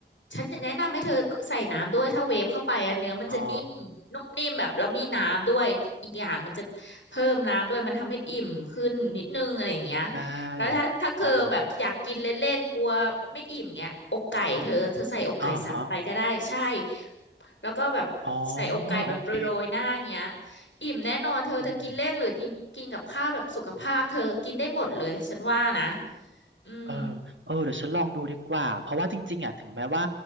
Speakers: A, on the left; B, on the right.
A: ฉันจะแนะนำให้เธอใส่น้ำด้วยถ้าเวฟเข้าไปอะเนื้อมันจะนิ่มนุ่มนิ่มแบบแล้วมีน้ำด้วยอีกอย่างมันจะเพิ่มน้ำด้วยมันทำให้อิ่มขึ้นนิดนึงอะไรอย่างเงี้ย
B: อ๋อได้
A: แล้วถ้าถ้าเธอแบบอยากกินเล่นๆกลัวไม่อิ่มเงี้ยอกไก่เธอเธอใส่อกไก่สับไปก็ได้ใช่
B: เอออ่าฮะ
A: แล้วก็แบบใส่อกไก่แบบโรยๆหน้าอย่างเงี้ย
B: อ๋อโอเค
A: อิ่มแน่นอนเธอเธอกินเล่นหรือทิ้งกินกับข้าวแบบสุขภาพเธอกินได้หมดเลยฉันว่านะ
B: อืม
A: อืม
B: เออเออเดี๋ยวฉันลองดูดีกว่าเพราะว่าจริงๆอ่ะถึงแม้ว่า